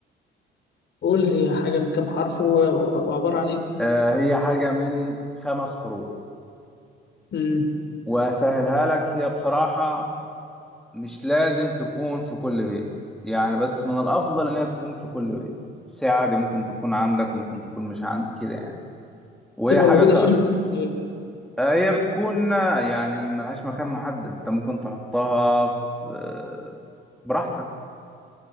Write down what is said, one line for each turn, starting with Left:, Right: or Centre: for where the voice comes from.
Left: قول هي حاجه من كام حرف و- و- وعباره عن ايه
Centre: آه، هي حاجة من خمس حروف
Left: امم
Centre: وهسهلها لك هي بصراحة مش لازم تكون في كل بيت يعني بس من الأفضل إنها تكون في كل بيت ساعة دي ممكن تكون عندك ممكن تكون مش عندك كده يعني وهي
Left: تبقى
Centre: حاجة
Left: موجوده
Centre: ك...
Left: فين طيب.
Centre: آه، هي بتكون آه، يعني ملهاش مكان محدد أنت ممكن تحطها في... آه، براحتك